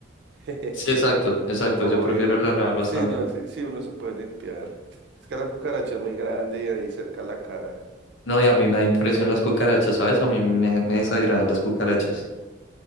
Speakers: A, on the right; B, on the left.
A: <laughs>
B: Sí, exacto, exacto,
A: Obvio.
B: yo prefiero las larvas
A: Sí,
B: también.
A: no, sí, sí, uno se puede limpiar. Es que la cucaracha es muy grande y ahí cerca la cara.
B: No, y a mí me da impresión las cucarachas, ¿sabes? A mí me, me desagradan las cucarachas.